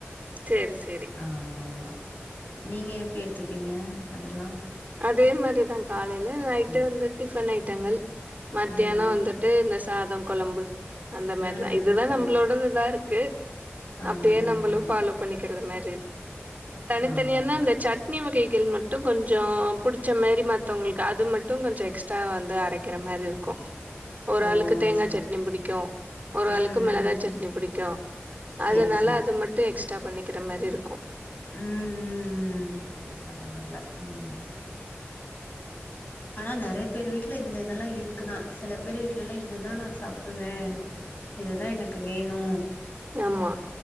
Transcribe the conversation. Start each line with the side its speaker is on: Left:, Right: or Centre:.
Right: சேரிஸ்
Left: ஆமாமா நீங்க எப்டி எடுத்துப்பீங்க அதெல்லா
Right: அதே மாறிதாங் காலைல நைட்டு
Left: ம்
Right: வந்து டிஃபனை டங்கள் மத்தியானோ
Left: ம்
Right: வந்துட்டு இந்த ஸ் சாதோ கொழம்பு அந்த மாரிதா
Left: ம்
Right: இதுதா நம்மளோட
Left: ம்
Right: இதாருக்கு
Left: ஆமாம்
Right: அப்டியே
Left: ஆமாம்
Right: நம்மளூ ஃபாலோ
Left: ஆமாம்
Right: பண்ணிக்கிறது மாரி செர் தனித்தனியான
Left: ஆமாம் ஆமாம்
Right: இந்த சட்னி வகைகள் மட்டூ கொஞ் ஜோ புடிச்ச மாாரி மத்தவங்களுக்கு அது மட் ட்டூ கொஞ்சோ எக்ஸ்ட்ரா வந்து அரைக்கிற மாரி இருக்கூ ஒரு
Left: ஓ
Right: ஆளுக்கு தேங்கா
Left: சரி
Right: சட்னி
Left: சரி
Right: பிடிக்கூ ஒரு
Left: ம்
Right: ஆளுக்கு மெளகாயக்ஷ
Left: ம்
Right: சட்னி
Left: ம்
Right: பிடிக்கூ
Left: சரி
Right: அதனால
Left: சரி
Right: அது
Left: சரி
Right: மட்டூ எக்ஸ் டா பண்ணிக்கிற மாரி இருக்கூ
Left: ம் ம் ம் பரவால்ல ம் ஆனா நிறைய பேர் வீட்டுல இந்த இதெல்லா இருக்குதா சில பேர் வீட்டுல எல்லா இதுதா நா சாப்டுவே இதுதா எனக்கு வேணு
Right: ஆமா